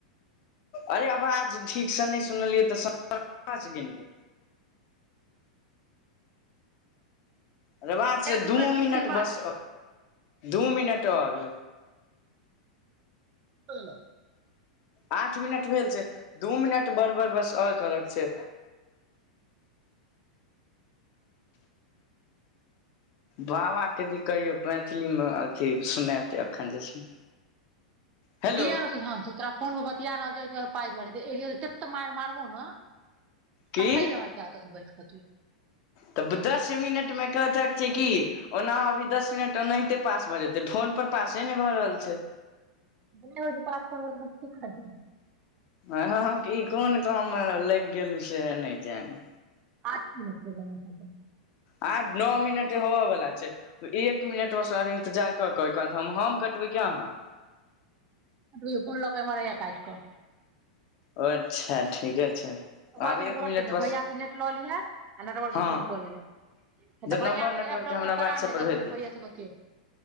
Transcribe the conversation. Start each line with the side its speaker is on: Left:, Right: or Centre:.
Left: अरे आवाज ठीकसँ नहि सुनलियै तऽ गिनबै अे बच
Right: दे
Left: दू
Right: मिनट किछ
Left: मिनिनट
Right: किछ बाज
Left: बस दू मिनट आओर।
Right: ल।
Left: आठ मिनट भेल छै दू मिनट बरबर बस आओर करक छै। बाबाेदी कहियौ मैथिलीमे अथी सुनेतै एखन जे छै। हेलो
Right: किय ने सुधंशु तोरा फोन मे बिया रहल छै एहिहि दुआरे। पाय देब नेऽ ए त ततऽ मार मारबौ ने।
Left: की
Right: कथ ही रहल छैतऽ बैस कत।
Left: तऽ दस मिनट मे कहतक छै किी ओना अभी दस मिनट ओनाहिते पास भऽ जेतै ढो। पर पासे नहि भए रहल छै।
Right: ब हो पासक। ख खाद ह।
Left: आ ई कोन काम लागि गेल से नहि। जानी।
Right: आठ मिनटके बना खर।
Left: आ नओ मिनट होबयवला छै एक मिनटमे सरे इंतजार कऽ कऽ ओहिके बाद हम हम कटबै क अहाँ।
Right: त कोन लोक म रहै य काट कऽ।
Left: ओ अच्छा ठीके छै।
Right: ओकर बाद
Left: आब
Right: हम
Left: एक
Right: घर
Left: मिनट
Right: चल
Left: बस
Right: भैया से नेट लऽ लिहे आ नेटवर्कके
Left: हँ
Right: फोन क लहे तऽ भैया
Left: नम्बर नेटवर्कके
Right: के एप डाउनलोड
Left: हमरा
Right: करा
Left: व्हाट्सऐप
Right: लेहे
Left: पर
Right: दस
Left: भेज
Right: मिनट
Left: दी
Right: भैय बत